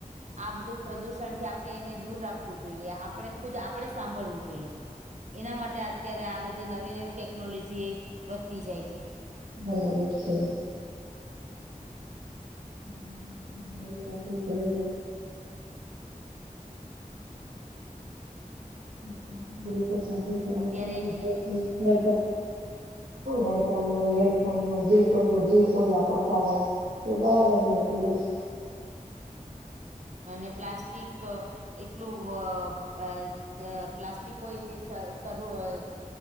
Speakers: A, on the right; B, on the right.
A: આ બધું પ્રદુષણ થી આપડે એને દૂર રાખવું જોઈએ આપડે ખુદ આપડે સાંભળવું જોઈએ એના માટે અત્યારે આ બધી નવી નવી ટેકનોલોજી વધતી જાય છે.
B: બરાબર છે. હમ્મ <unintelligible> રાખવું પડે <inaudible> <unintelligible> <inaudible> હેડફોન <unintelligible> <unintelligible>
A: અત્યારે
B: હોય ને હેડફોન હોય યરફોન હોય જે કોઈ હોય જે કોઈ વાપરતા હોય <inaudible> એ બરાબર નથી એવું
A: અને પ્લાસ્ટિક એટલું <unintelligible> પ્લાસ્ટિક હોય તે <unintelligible> <unintelligible>